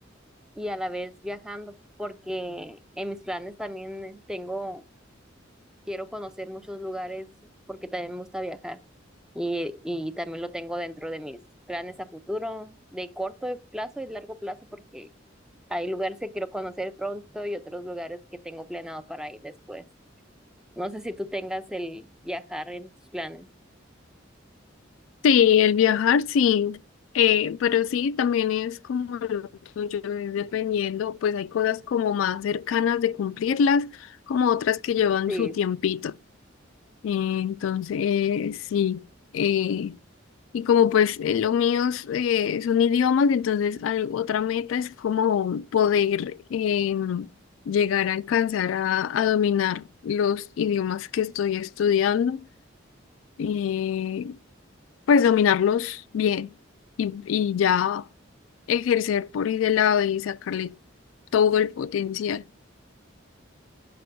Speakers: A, in the centre; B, on the left (about 85°).
A: y a la vez viajando, porque en mis planes también eh, tengo, quiero conocer muchos lugares porque también me gusta viajar y, y también lo tengo dentro de mis planes a futuro, de corto plazo y largo plazo, porque hay lugares que quiero conocer pronto y otros lugares que tengo planeado para ir después. No sé si tú tengas el viajar en tus planes.
B: Sí, el viajar sí, eh, pero sí también es como lo tuyo, es dependiendo, pues hay cosas como más cercanas de cumplirlas, como otras que llevan
A: Sí,
B: su tiempito. Eh, entonces, eh, sí, eh, y como pues eh, lo mío es, eh, son idiomas, entonces al- otra meta es como poder em, llegar a alcanzar a, a dominar los idiomas que estoy estudiando. Eh, pues dominarlos bien y, y ya ejercer por ese lado y sacarle todo el potencial.